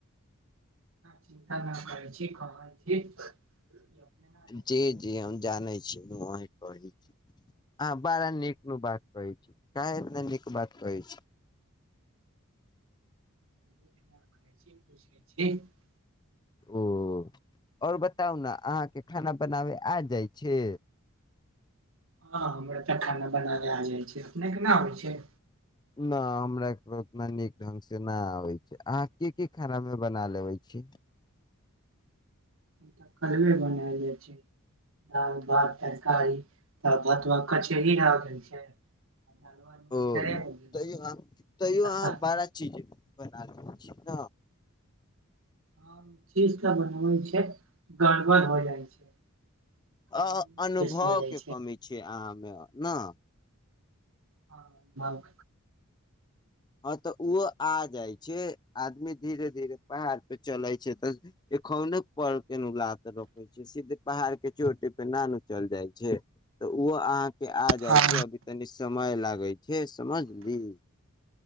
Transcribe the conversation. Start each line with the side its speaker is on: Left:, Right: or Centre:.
Right: चिन्ता न करै छी कहै छी अपने ना जाइ छै
Left: जी जी हम जानै छी हम वही कहै छी हँ बारा नीक नीक बात कहै छै काहे एतना नीक बात कहै छी
Right: <unintelligible>
Left: ओ आओर बताउ ने अहाँके खाना बनाबे आ जाइ छै
Right: हँ हमरा तऽ खाना बना ले आ जाइ छै अपने केना होइ छै
Left: न हमरा त उतना नीक ढंग से नहि आबै छै अहाँ कि की खाना मे बना लेबे छी
Right: तऽ कलबे बनायल जाइ छै दाल भात तरकारी तब कचौरी ही रह गेल छै आ दालवा निमगरे
Left: ओ
Right: हो गेल
Left: तैयो
Right: छै
Left: अहाँ तैयो
Right: आ
Left: अहाँ
Right: सा
Left: बारा चीज बना लेबै छी ने
Right: हँ उ चीज तऽ बनबै छै गड़बड़ हो जाइ छै कबनो
Left: अ
Right: ना
Left: अनुभवके
Right: बेस हो जाइ
Left: कमी छै अहाँमे न
Right: हँ
Left: ह तऽ ओहो आ जाइ छै आदमी धीरे धीरे पहाड़ पे चले छै तऽ एखौनो पर के न लात रखे छै सीधे पहाड़ के चोटे पे नानू चल जाइ छै तऽ ओहो अहाँके आ जाइ
Right: हँ
Left: छै अभी तनी समय लागै छै समझली